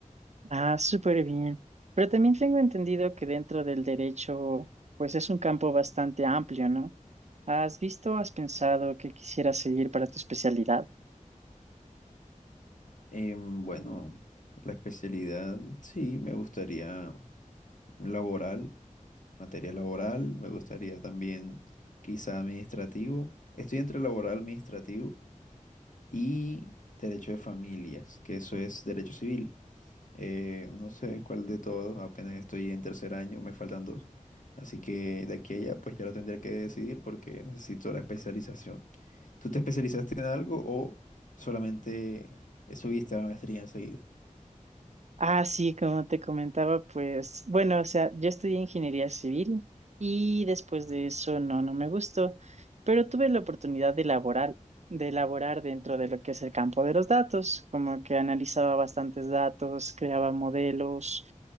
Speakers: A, on the right; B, on the left.
A: Ah, súper bien. Pero también tengo entendido que dentro del derecho, pues es un campo bastante amplio, ¿no? ¿Has visto, o has pensado que quisieras seguir para tu especialidad?
B: Em, bueno, la especialidad, sí, me gustaría laboral, materia laboral, me gustaría también quizá administrativo. Estoy entre laboral, administrativo y derecho de familias, que eso es derecho civil. Eh, no sé cuál de todos, apenas estoy en tercer año, me faltan dos. Así que de aquí a allá, pues ya lo tendré que decidir porque necesito la especialización. ¿Tú te especializaste en algo o solamente subiste a la maestría enseguida?
A: Ah, sí, como te comentaba, pues bueno, o sea, yo estudié ingeniería civil y después de eso no, no me gustó, pero tuve la oportunidad de laborar, de elaborar dentro de lo que es el campo de los datos, como que analizaba bastantes datos, creaba modelos